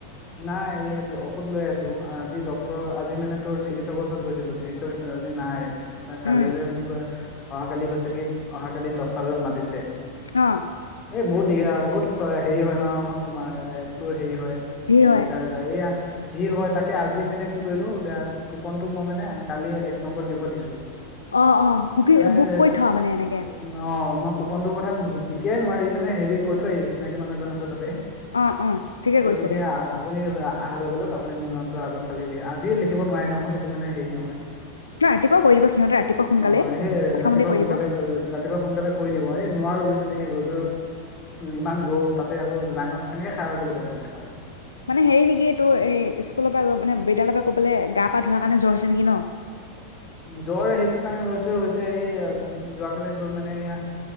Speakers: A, on the left; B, on the left.
A: নাই ইয়াত ঔষধ লৈ আছো। ত আজি ডক্তৰ আজি মানে তোৰ চিকিৎসকৰ ওচৰত গৈছিলো চিকিৎসক আজি নাই ত কালিলৈ
B: উম
A: মোক অহা কালি কৈছে কি অহা কালি দহটা বজাত মাতিছে।
B: অ।
A: এই বহুত দিয়া বহুত হেৰি হয় ন তোমাৰ এ তোৰ হেৰি হয়।
B: ভিৰ
A: সমস্যা
B: হয়
A: হৈ যায়। এইয়া ভিৰ হয় তাকে আজিয়ে মানে কি কৰিলো কুপনটো মই মানে কালি এক নম্বৰত দিব দিছো।
B: অ অ বুকি
A: মানে
B: বুক কৰি থ মানে এনেকে
A: উ অ মই কুপনটো কথা তিয়াই নোৱাৰি মানে হেৰি কৈ থৈ আহিছো চিনাকি মানুহজন আছে তাতে।
B: অ অ ঠিকে
A: কৈছো
B: কৰিছ
A: কি
B: দে
A: আপুনি অহাৰ লগে লগ আপুনি মোৰ নামটো আগত কালি লি আজিয়ে লিখিব নোৱাৰে নহয়, এইটো মানে হেৰি নহয়।
B: ন ৰাতিপুৱা কৰি দিব সিহঁতে ৰাতিপুৱা সোনকালে
A: অ' সেই
B: প্ৰথমতে
A: ৰাতিপুৱা
B: কৰি
A: সোনকালে
B: দিব
A: ৰাতিপুৱা সোনকালে কৰি দিব এই নোৱাৰো বুইছনে এই ৰ'দ ইমান ৰ'দ তাতে আকৌ লাইনত কেনেকে খ খাৰা হৈ পেলাই ডক্তৰক দেখাওক।
B: মানে হেৰি নেকি এইটো এই স্কুল পা মানে বিদ্যালয় পা কবলে গা পা ধোৱাৰ কাৰণে জ্বৰ হৈছে নেকি ন?
A: জ্বৰ সেইটো কাৰণে হৈছে -হৈছে এই যোৱাকালি তোৰ মানে এয়া